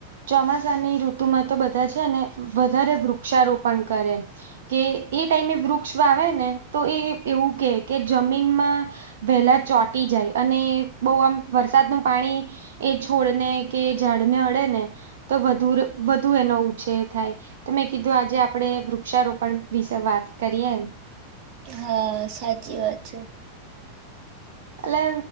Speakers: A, on the right; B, on the right.
A: ચોમાસાની ઋતુમાં તો બધા છે ને વધારે વૃક્ષારોપણ કરે કે એ ટાઈમે વૃક્ષ આવે ને તો એ એવું કે કે જમીનમાં વહેલા ચોટી જાય અને બહુ આમ વરસાદનું પાણી એ છોડને કે ઝાડને અડે ને તો વધુ વધુ એનો ઉછેર થાય તો મેં કીધું આજે આપણેે વૃક્ષારોપણ વિશે વાત કરીએ એમ
B: હમ્મ સાચી વાત છે.
A: એલે